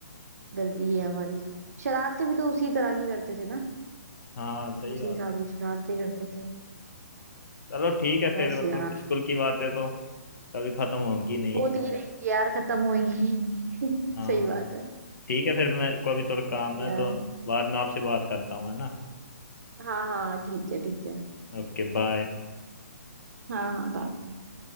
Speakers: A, on the right; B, on the left.
A: गलती ही है हमारी शरारतें भी तो उसी तरह की करते थे ना
B: हाँ सही
A: उसी
B: बात
A: हिसाब
B: है
A: की शरारतें करते थे
B: चलो ठीक है
A: बस
B: फिर मतलब
A: यार
B: स्कूल की बातें तो कभी खत्म होंगी नहीं
A: होती ही रहेंगी यार खत्म होएंगी ही नहीं <laughs>
B: हाँ
A: सही बात है
B: ठीक है फिर मेरे को अभी थोड़ा काम
A: बस
B: है
A: यार
B: तो बाद में आपसे बात करता हूँ है ना
A: हाँ हाँ ठीक है ठीक है
B: Okay bye
A: हाँ हाँ बाय